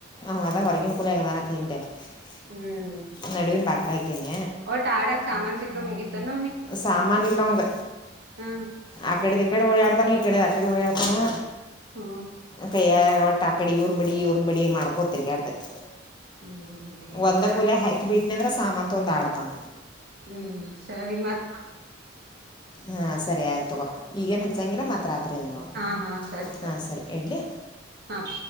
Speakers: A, on the left; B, on the right.
A: ಹ್ ಅದ ಹೊರಗಿನ ಕೂ ಗದಾನತೀಂಡ <unintelligible>
B: ಹ್ಮ್
A: ನಡುವಿನ ಬಾಕ್ಲ್ ಹಾಕನಿ
B: ಒಟ್ ಆಡಕ್ ಸಾಮಾನ್ ಸಿಕ್ಕ್ರ ಮುಗಿತನ
A: ಸಾಮಾನ ಇಲ್ಲ ಅವಂಗ
B: ಹ್ಮ
A: ಅಕಡೆದ ಇಕಡೆ ಓಡಾಡ್ತಾನು ಇಕಡೆದು ಅಕಡೆ ಓಡಾಡ್ತಾನು
B: ಹ್ಮ
A: ಕೈಯ ಒಟ್ಟ ಆ ಕಡಿ ಇವ್ರ್ ಬಡಿ ಇವ್ರ್ ಬಡಿ ಮಾಡ್ಕೊ ತಿರುಗಾಡ್ತೈತಿ
B: ಹ್ಮ್ ಹ್ಮ್ ಹ್ಮ್
A: ಒಂದ
B: ಸರಿ
A: ಕೊಲೆ ಹಾಕ್ ಬಿಟ್ಟನ ಅಂದ್ರ ಸಾಮಾನ್ ತಗೊಂಡ್ ಆಡ್ತಾನ
B: ಹ್ಮ್ ಸರಿ ಮತ್ತ
A: ಹಾಂ ಸರಿ ಆಯ್ತು ತಗೋ ಈಗೇನು ಹಚ್ಚಂಗಿಲ್ಲ ಮತ್ ರಾತ್ರಿ ಅದು ನೋಡ್ತೀ
B: ಹಾ ಹಾ ಸರಿ
A: ಹಾಂ ಸರಿ ಇಡಲಿ
B: ಹಾ